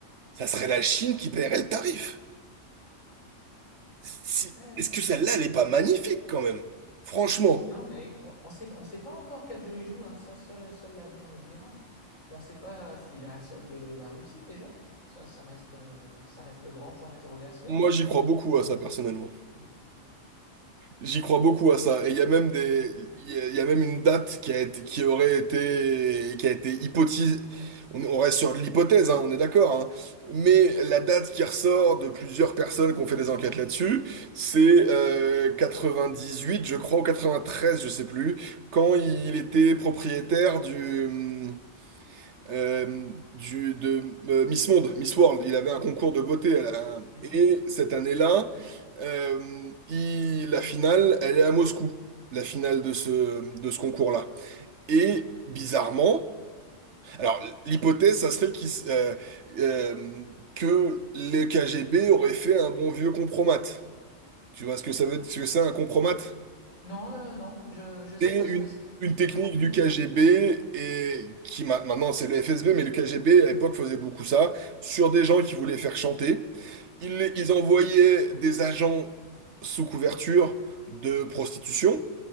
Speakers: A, on the right; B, on the left.
A: ça serait la Chine qui paierait le tarif. Si-
B: Euh,
A: Est-ce que celle-là, elle n'est pas magnifique quand même? Franchement,
B: non, mais on ne sait, on sait pas encore quel jeu il joue, hein, ça seul, seul l'avenir nous le dira. On ne sait pas s'il est à solde de la Russie déjà. Ça, ça reste, euh, ça reste le grand point d'interrogation.
A: moi j'y crois beaucoup à ça personnellement.
B: Mhm.
A: J'y crois beaucoup à ça. Et il y a même des, il y a, il y a même une date qui a été, qui aurait été, qui a été hypothèse. On, on reste sur de l'hypothèse, hein, on est d'accord. hein. Mais la date qui ressort de plusieurs personnes qui ont fait des enquêtes là-dessus, c'est euh, 98, je crois, ou 93, je sais plus, quand il était propriétaire du, hum, euh, du, de euh, Miss Monde, Miss World. Il avait un concours de beauté. elle a un-
B: Mhm.
A: Et cette année-là, euh, il- la finale, elle est à Moscou, la finale de ce, de ce concours-là. Et bizarrement, alors l'hypothèse, ça serait qu'il s- euh, euh, que les KGB auraient fait un bon vieux compromat. Tu vois ce que ça veut, ce que c'est un compromat?
B: Non, euh, non, je ne sais
A: C'est
B: pas
A: une,
B: ce que c'est.
A: une technique
B: J'ai aucune
A: du
B: idée.
A: KGB et qui ma- maintenant c'est le FSB, mais le KGB à l'époque faisait beaucoup ça sur des gens qui voulaient faire chanter. Ils, les- ils envoyaient des agents sous couverture de prostitution